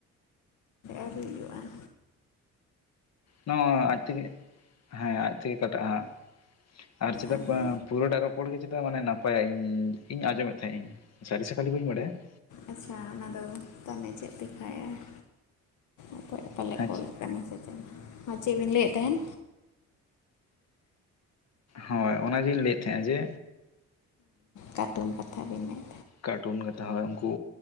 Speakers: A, on the left (about 80°); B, on the left (about 60°).
A: ᱟᱣᱨᱤ ᱦᱩᱭᱩᱜᱼᱟ ᱾
B: ᱱᱚᱜᱼᱚᱭ ᱟᱡ ᱛᱮᱜᱮ ᱦᱮᱸ ᱟᱡ ᱛᱮᱜᱮ ᱠᱟᱴᱟᱜᱼᱟ ᱦᱟᱸᱜ ᱟᱨ ᱪᱮᱫᱟᱜ
A: ᱟᱫᱚ
B: ᱯᱩᱨᱟᱹᱴᱟᱜ ᱨᱚᱯᱚᱲ ᱜᱮ ᱪᱟᱜ ᱢᱟᱱᱮ ᱱᱟᱯᱟᱭᱟ ᱤᱧ ᱤᱧ ᱟᱸᱡᱚᱢᱮᱫ ᱛᱟᱦᱮᱸᱜ ᱤᱧ ᱥᱟᱹᱨᱤ ᱥᱮ ᱠᱷᱟᱞᱤ ᱵᱟᱹᱧ ᱵᱟᱰᱟᱭᱟ ᱾
A: ᱟᱪᱪᱷᱟ ᱚᱱᱟ ᱫᱚ ᱛᱟᱱᱮ ᱪᱮᱫ ᱞᱮᱠᱷᱟᱭᱼᱟ ᱾ ᱚᱠᱚᱭ ᱯᱟᱞᱮ
B: ᱦᱮᱸ
A: ᱠᱚᱞᱮᱫ ᱠᱟᱱᱟ ᱥᱮ ᱪᱮᱫ ᱢᱟ ᱪᱮᱫ ᱵᱤᱱ ᱞᱟᱹᱭᱮᱫ ᱛᱟᱦᱮᱱ
B: ᱦᱳᱭ ᱚᱱᱟᱜᱮᱧ ᱞᱟᱹᱭᱮᱫ ᱛᱟᱦᱮᱸᱼᱟ ᱡᱮ
A: ᱠᱟᱴᱩᱱ ᱠᱟᱛᱷᱟ ᱵᱮᱱ ᱞᱟᱹᱭ
B: ᱠᱟᱨᱴᱩᱱ ᱠᱟᱛᱷᱟ ᱦᱚᱭ ᱩᱱᱠᱩ